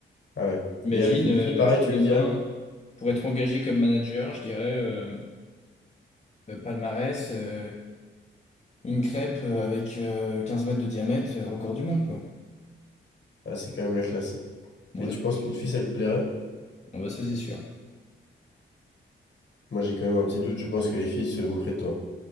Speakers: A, on the left; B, on the left.
A: Ah ouais.
B: Imagine,
A: Et avec une
B: euh,
A: fille, pareil,
B: tu
A: tu
B: vois,
A: lui
B: demain,
A: dirais?
B: pour être engagé comme manager, je dirais euh, euh, palmarès, euh, une crêpe euh, avec euh, 15 mètres de diamètre, euh, record du monde, quoi.
A: Ah, c'est quand même la classe. hein.
B: Ouais,
A: Et tu penses qu'une fille, ça lui plairait?
B: ah bah ça c'est sûr.
A: Moi, j'ai quand même un petit doute. Je pense que les filles se moqueraient de toi.